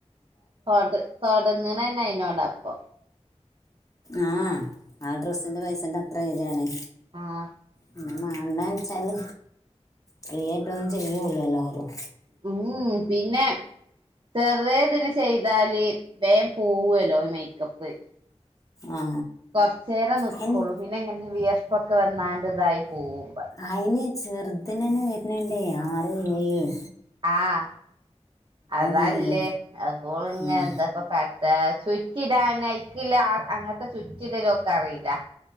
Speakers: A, on the right (about 45°); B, on the left (about 30°).
A: തൊട തൊടങ്ങണന്നെ അയിനോട അപ്പൊ
B: ആ ആ ഡ്രസ്സിന്റെ പൈസേന്റത്ര വരിയാണ്
A: ആഹ്
B: പിന്നെ മാണ്ടന്ന് വെച്ചാല് ഫ്രീ ആയിട്ടൊന്നും ചെയ്യല്ലല്ലോരും
A: ഉം പിന്നെ ചെറുതേഇതിന് ചെയ്താല് വേം പോവല്ലോ മേക്കപ്പ്
B: ആ
A: കുറച്ച നേരം നിൽക്കുള്ളൂ
B: അതിന്
A: പിന്നെ ഇങ്ങനെ വിയർപ്പൊക്ക വന്നാണ്ട് ഇതായി പോവും
B: അയിന് ചെറുതനന്നെ വരണണ്ടേ ആറ് രൂപ
A: ആഹ് അതല്ലേ
B: ഉള്ളത്
A: അപ്പോൾ ഇങ്ങനെ
B: ഉം.
A: എന്താപ്പ സുച്ചിടാൻ എനിക്കില്ല അങ്ങനത്തെ സുച്ചിടലൊക്കെ അറിയില്ല